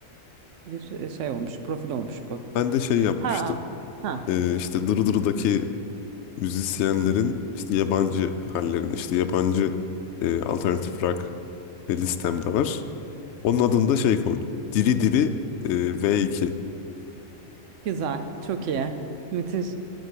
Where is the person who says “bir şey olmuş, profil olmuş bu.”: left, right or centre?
Right